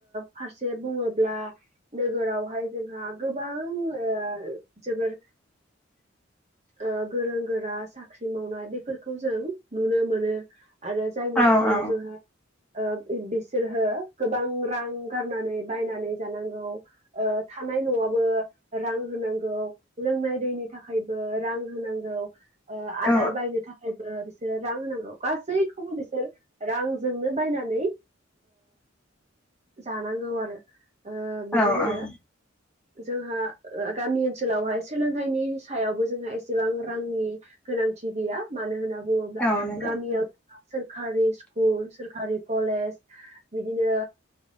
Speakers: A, on the right (about 35°); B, in the centre.
A: फारसे बुङोब्ला नोगोरावहाय जोंहा गोबां ओ जोबोर
B: <inaudible>
A: ओ गोरों गोरा साख्रि मावनाय बेफोरखौ जों नुनो मोनो। आरो जायनि
B: औ
A: जाहोनाव
B: औ
A: जोंहा ओ बिसोरहो गोबां रां गारनानै बायनानै जानांगौ। थानाय नआबो रां होनांगौ लोंनाय दैनि थाखायबो रां होनांगौ। ओ आदार
B: औ
A: बायनो थाखायबो बिसोरो रां होनांगौ गासैखौबो बिसोर रां जोंनो बायनानै जानांगौ आरो। ओ बिदिनो
B: औ
A: जोंहा गामि ओनसोलावहाय सोलोंथाइनि सायावबो जोंहा एसेबां रांनि गोनांथि गैया मानो होनना बुङोब्ला
B: औ नंगौ
A: गामियाव सोरकारि स्कुलस सोरखारि कलेज बिदिनो